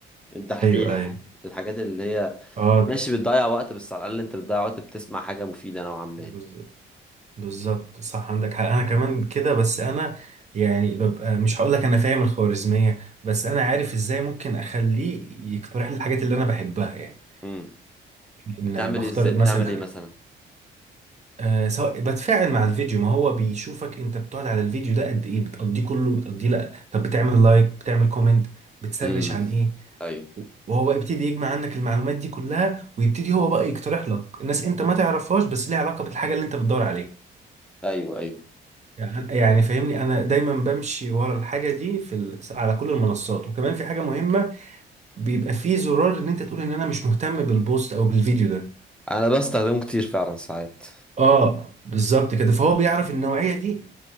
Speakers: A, in the centre; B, on the right.
A: الدحيح
B: ايوه ايوه
A: الحاجات اللي هي
B: اه
A: ماشي بتضيع وقت بس على الاقل انت بتضيع وقت بتسمع حاجه مفيده نوعا ما
B: بز- بالظبط صح عندك حق انا كمان كده بس انا يعني ببقى مش هقول لك انا فاهم الخوارزميه بس انا عارف ازاي ممكن اخليه يقترح لي الحاجات اللي انا بحبها يعني
A: امم
B: ان
A: بتعمل
B: بختار
A: ازاي بتعمل
B: مثلا
A: ايه مثلا
B: آه سواء بتفاعل مع الفيديو ما هو بيشوفك انت بتقعد على الفيديو ده قد ايه بتقضيه كله بتقضيه لا طب بتعمل لايك بتعمل كومنت بتسرش
A: امم
B: عن ايه
A: ايوه
B: وهو بقى يبتدي يجمع عنك المعلومات دي كلها ويبتدي هو بقى يقترح لك الناس انت ما تعرفهاش بس ليها علاقة بالحاجة اللي انت بتدور عليها
A: ايوه ايوه
B: يعني يعني فاهمني انا دايما بمشي ورا الحاجة دي في ال... على كل المنصات وكمان في حاجة مهمة بيبقى فيه زرار ان انت تقول ان انا مش مهتم بالبوست او بالفيديو ده
A: انا بستخدمه كتير فعلا ساعات
B: اه بالظبط كده فهو بيعرف النوعية دي